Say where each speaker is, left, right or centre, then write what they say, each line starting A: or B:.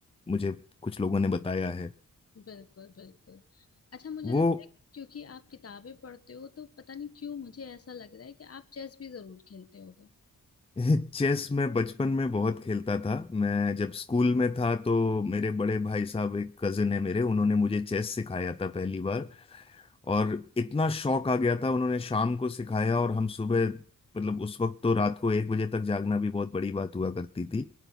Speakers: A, on the left (about 15°); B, on the left (about 45°).
A: मुझे कुछ लोगों ने बताया है
B: बिल्कुल बिल्कुल अच्छा मुझे
A: वो
B: लगता है क्योंकि आप किताबें पढ़ते हो तो पता नहीं क्यों मुझे ऐसा लग रहा है कि आप चेस भी जरूर खेलते होगे
A: <laughs> चेस मैं बचपन में बहुत खेलता था मैं जब स्कूल में था तो मेरे बड़े भाई साहब एक कजिन है मेरे उन्होंने मुझे चेस सिखाया था पहली बार और इतना शौक आ गया था उन्होंने शाम को सिखाया और हम सुबह मतलब उस वक्त तो रात को एक बजे तक जागना भी बहुत बड़ी बात हुआ करती थी